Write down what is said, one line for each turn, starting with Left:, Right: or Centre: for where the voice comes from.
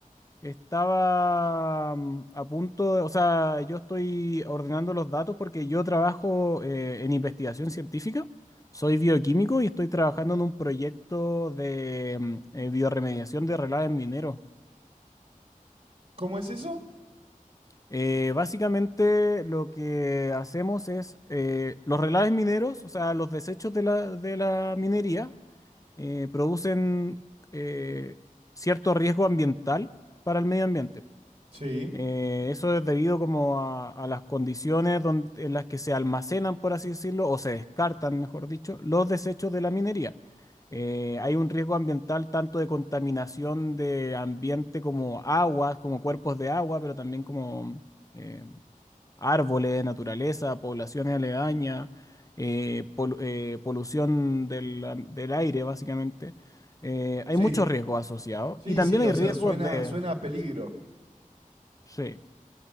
Left: estaba mm, a punto de, o sea, yo estoy ordenando los datos porque yo trabajo eh, en investigación científica. Soy bioquímico y estoy trabajando en un proyecto de mm, eh, bioremediación de relaves mineros.
Right: ¿Cómo es eso?
Left: Eh, básicamente lo que hacemos es eh, los relaves mineros, o sea, los desechos de la, de la minería, eh, producen eh, cierto riesgo ambiental para el medio ambiente.
Right: Sí,
Left: Eh, eso es debido como a, a las condiciones don- en las que se almacenan, por así decirlo, o se descartan, mejor dicho, los desechos de la minería. Eh, hay un riesgo ambiental tanto de contaminación de ambiente como aguas, como cuerpos de agua, pero también como... em, árboles, naturaleza, poblaciones aledañas, eh, pol- eh, polución del, a- del aire, básicamente. Eh,
Right: sí,
Left: hay muchos riesgos asociados
Right: sí,
Left: y también
Right: sí, o
Left: hay riesgos
Right: sea, suena,
Left: de...
Right: suena a peligro.
Left: Sí.